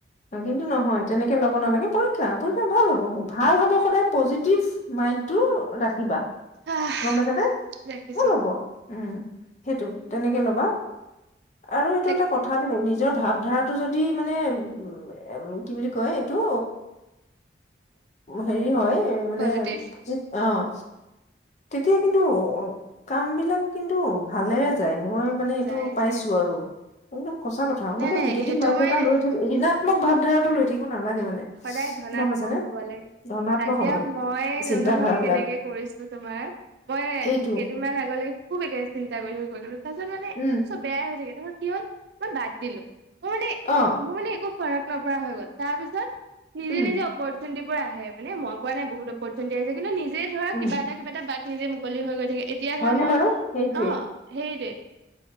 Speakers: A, on the left (about 40°); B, on the right (about 65°).
A: অ, কিন্তু নহয় তেনেকে ল'ব নালাগে। পৰীক্ষা, পৰীক্ষা ভাল হ'ব মোৰ ভাল হ'ব, সদায় পজিটিভ মাইণ্ডটো ৰাখিবা,
B: আহ
A: গ'ম পাইছানে?
B: ৰাখিছো
A: ভাল হ'ব। উম, সেইটো তেনেকে ল'বা। আৰু এইটো
B: টেক
A: এটা কথা দে ভাৱধাৰাটো যদি মানে উ, কি বুলি কয় এইটো হেৰি হয় মানে
B: পজিটিভ
A: যি অ' তেতিয়া কিন্তু কামবিলাক কিন্তু ভালে যায়, মই মানে এইটো
B: যাই
A: পাইছোঁ
B: যাই
A: আৰু, একদম সচা কথা <unintelligible>
B: নাই নাই
A: নিগেটিভ
B: সেইটো
A: মাইন্ড
B: মই
A: এটা লৈ ঋণাত্মক ভাৱধাৰাটো লৈ থাকিব নালাগে মানে।
B: সদায় ধনাত্মক
A: গম পাইছানে
B: হ'ব লাগে।
A: ধনাত্মক
B: আজিয়া
A: হ'ব লাগে
B: মই
A: চিন্ত
B: অনুভৱ
A: ধাৰাবিলাক
B: কেনেকে কৰিছোঁ তোমাৰ মই
A: সেইটো
B: কেইদিনমান আগলৈকে খুব একেৰাহে চিন্তা কৰি থাকোঁ, তাৰপিছত মানে
A: উম
B: চব বেয়াই হৈ থাকে তাৰপিছত কি হ'ল মই বাদ দিলোঁ। মই মানে
A: অ'।
B: মোৰ মানে একো ফৰক নপৰা হৈ গ'ল, তাৰপিছত নিজে
A: উম
B: নিজে অপৰত <unintelligible> আহে, মানে মই কোৱা নাই বহুত অপৰচুনিটি আহিছে কিন্তু নিজে ধৰা
A: উম
B: কিবা এটা কিবা এটা বাত নিজে মুকলি হৈ গৈ থাকে এতিয়া
A: হয়নে
B: ধৰা মই,
A: বাৰু সেইটোৱে
B: অ' সেইটোৱে।